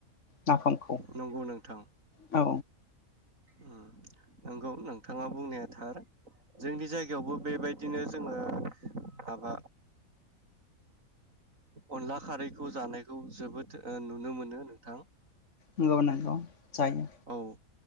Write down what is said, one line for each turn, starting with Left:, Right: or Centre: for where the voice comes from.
Left: नाफामखौ
Right: नंगौ नोंथां।
Left: औ
Right: ओम नंगौ नोंथाङा बुंनाया थार जोंनि जायगायावबो बेबायदिनो जोङो माबा आ अनला खारैखौ जानायखौ जोबोद नुनो ओ मोनो नोंथां
Left: अनलाखौ जायो।
Right: औ